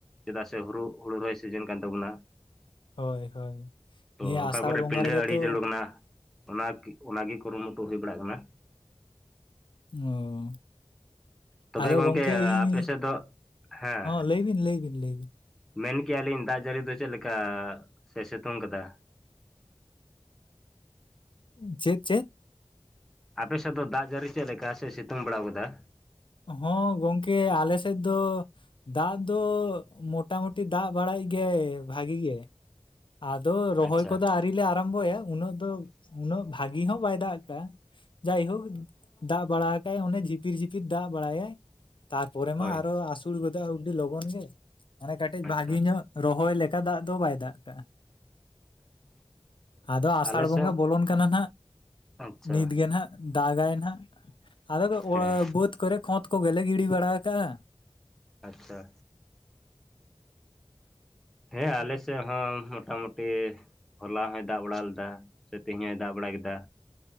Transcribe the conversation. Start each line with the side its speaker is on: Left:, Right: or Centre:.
Centre: ᱪᱮᱫᱟᱜ ᱥᱮ ᱦᱩᱲᱩ ᱦᱩᱲᱩ ᱨᱚᱦᱚᱭ ᱥᱤᱡᱤᱱ ᱠᱟᱱ ᱛᱟᱵᱚᱱᱟ
Left: ᱦᱳᱭ ᱦᱳᱭ
Centre: ᱛᱚ
Left: ᱱᱤᱭᱟᱹ
Centre: ᱚᱠᱟ
Left: ᱟᱥᱟᱲ
Centre: ᱠᱚᱨᱮ
Left: ᱵᱚᱸᱜᱟ
Centre: ᱯᱤᱰᱷᱟᱹ
Left: ᱨᱮᱜᱮ
Centre: ᱟᱹᱰᱤ
Left: ᱛᱚ
Centre: ᱡᱟᱹᱨᱩᱲ ᱠᱟᱱᱟ᱾ ᱚᱱᱟ ᱚᱱᱟ ᱜᱮ ᱠᱩᱨᱩᱢᱩᱴᱩ ᱦᱩᱭ ᱵᱟᱲᱟᱜ ᱠᱟᱱᱟ᱾
Left: ᱚ
Centre: ᱛᱚᱵᱮ
Left: ᱟᱫᱚ
Centre: ᱜᱚᱝᱠᱮ
Left: ᱜᱚᱢᱠᱮ ᱤᱧ
Centre: ᱟᱯᱮ ᱥᱮᱫ ᱫᱚ ᱦᱮᱸ
Left: ᱦᱚᱸ ᱞᱟᱹᱭ ᱵᱤᱱ ᱞᱟᱹᱭ ᱵᱤᱱ ᱞᱟᱹᱭ ᱵᱤᱱ
Centre: ᱢᱮᱱ ᱠᱮᱭᱟ ᱞᱤᱧ ᱫᱟᱜ ᱡᱟᱹᱲᱤ ᱫᱚ ᱪᱮᱫ ᱞᱮᱠᱟ ᱥᱮ ᱥᱤᱛᱩᱝ ᱠᱟᱫᱟ?
Left: ᱪᱮᱫ ᱪᱮᱫ
Centre: ᱟᱯᱮ ᱥᱮᱫ ᱫᱚ ᱫᱟᱜ ᱡᱟᱹᱲᱤ ᱪᱮᱫ ᱞᱮᱠᱟ ᱥᱮ ᱥᱤᱛᱩᱝ ᱵᱟᱲᱟ ᱜᱚᱫᱟᱭ
Left: ᱦᱚᱸ ᱜᱚᱝᱠᱮ ᱟᱞᱮ ᱥᱮᱫ ᱫᱚ ᱫᱟᱜ ᱫᱚ ᱢᱚᱴᱟ ᱢᱩᱴᱤ ᱫᱟᱜ ᱵᱟᱲᱟᱭᱮᱫ ᱜᱮᱭᱟᱭ ᱵᱷᱟᱜᱤ ᱜᱮ ᱟᱫᱚ ᱨᱚᱦᱚᱭ
Centre: ᱟᱪᱪᱷᱟ
Left: ᱠᱚᱫᱚ ᱟᱣᱨᱤᱞᱮ ᱟᱨᱟᱢᱵᱚᱭᱟ ᱩᱱᱟᱹᱜ ᱫᱚ ᱩᱱᱟᱹᱜ ᱵᱷᱟᱜᱤ ᱦᱚᱸ ᱵᱟᱭ ᱫᱟᱜ ᱟᱠᱟᱜᱼᱟ᱾ ᱡᱟᱭ ᱦᱳᱠ ᱫᱟᱜ ᱵᱟᱲᱟ ᱟᱠᱟᱫ ᱟᱭ ᱚᱱᱮ ᱡᱷᱤᱯᱤᱨ ᱡᱷᱤᱯᱤᱨ ᱫᱟᱜ ᱵᱟᱲᱟᱭᱟᱭ ᱛᱟᱨᱯᱚᱨᱮ
Centre: ᱦᱳᱭ
Left: ᱢᱟ ᱟᱨᱚ ᱟᱹᱥᱩᱲ ᱜᱚᱫᱚᱜ ᱟᱹᱰᱤ ᱞᱚᱜᱚᱱ ᱜᱮ ᱢᱟᱱᱮ ᱠᱟᱹᱴᱤᱡ
Centre: ᱟᱪᱪᱷᱟ
Left: ᱵᱷᱟᱜᱤ ᱧᱚᱜ ᱨᱚᱦᱚᱭ ᱞᱮᱠᱟ ᱫᱟᱜ ᱫᱚ ᱵᱟᱭ ᱫᱟᱜ ᱠᱟᱜᱼᱟ ᱟᱫᱚ ᱟᱥᱟᱲ
Centre: ᱟᱞᱮ
Left: ᱵᱚᱸᱜᱟ
Centre: ᱥᱮᱫ
Left: ᱵᱚᱞᱚᱱ ᱠᱟᱱᱟ ᱱᱟᱜ
Centre: ᱟᱪᱪᱷᱟ
Left: ᱱᱤᱫ ᱜᱮ ᱱᱟᱜ ᱫᱟᱜ ᱟᱭ ᱱᱟᱜ ᱟᱞᱮ ᱫᱚ
Centre: ᱦᱮᱸ
Left: ᱵᱟᱹᱫ ᱠᱚᱨᱮ ᱠᱷᱫᱽ ᱠᱚᱜᱮ ᱞᱮ ᱜᱤᱲᱤ ᱵᱟᱲᱟ ᱟᱠᱟᱜᱼᱟ᱾
Centre: ᱟᱪᱪᱷᱟ ᱦᱮᱸ ᱟᱞᱮ ᱥᱮᱫ ᱦᱚᱸ ᱢᱚᱴᱟᱢᱩᱴᱤ ᱦᱚᱞᱟ ᱦᱚᱭ ᱫᱟᱜ ᱵᱟᱲᱟ ᱞᱮᱫᱟ ᱥᱮ ᱛᱤᱦᱮᱧᱦᱚᱭ ᱫᱟᱜ ᱵᱟᱲᱟ ᱠᱮᱫᱟ᱾